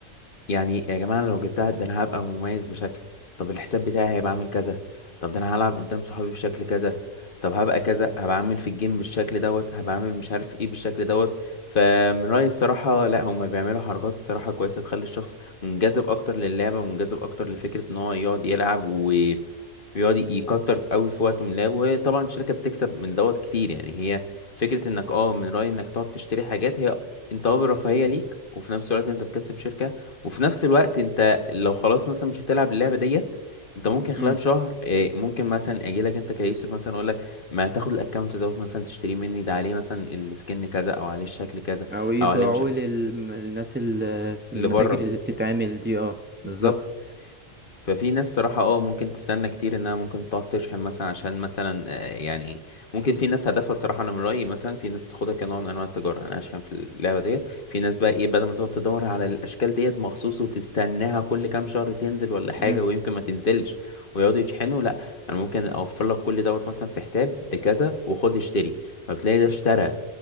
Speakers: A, on the left (about 45°); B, on the right (about 15°).
A: يعني يا جماعة أنا لو جبتها ده أنا هبقى مميز بشكل طب الحساب بتاعي هيبقى عامل كذا طب ده أنا هلعب قدام صحابي بشكل كذا طب هبقى كذا هبقى عامل في الجيم بالشكل دوت هبقى عامل مش عارف ايه بالشكل دوت فمن رأيي الصراحة لا هما بيعملوا حركات صراحة كويسة تخلي الشخص منجذب أكتر للعبة ومنجذب أكتر لفكرة إن هو يقعد يلعب و يقعد يكتر في قوي في وقته من اللعب وهي طبعا الشركة بتكسب من دوت كتير يعني هي فكرة انك اه من رأيي انك تقعد تشتري حاجات هي انت اه رفاهية ليك وفي نفس الوقت انت بتكسب شركة وفي نفس الوقت انت لو خلاص مثلا مش هتلعب اللعبه ديت انت ممكن خلال
B: أمم.
A: شهر إيه، ممكن مثلا اجي لك انت كيوسف مثلا اقول لك ما تاخد الاكونت دوت مثلا تشتريه مني ده عليه مثلا السكن كذا او عليه الشكل كذا
B: أو يبيعوه
A: او عليه مش
B: للناس اللي في المتاجر
A: اللي بره
B: اللي بتتعمل دي اه
A: بالظبط
B: بالظبط
A: ففي ناس صراحة اه ممكن تستنى كتير انها ممكن تقعد تشحن مثلا عشان مثلا آه، يعني ممكن في ناس هدفها صراحة انا من رأيي مثلا في ناس بتاخدها كنوع من انواع التجارة يعني انا اشحن في اللعبة ديت في ناس بقى ايه بدل ما تقعد تدور على الاشكال ديت مخصوص وتستناها كل كام شهر تنزل ولا حاجة
B: أمم،
A: ويمكن ما تنزلش ويقعدوا يشحنوا لا انا ممكن اوفر لك كل دوت مثلا في حساب بكذا وخد اشتري فبتلاقي ده اشترى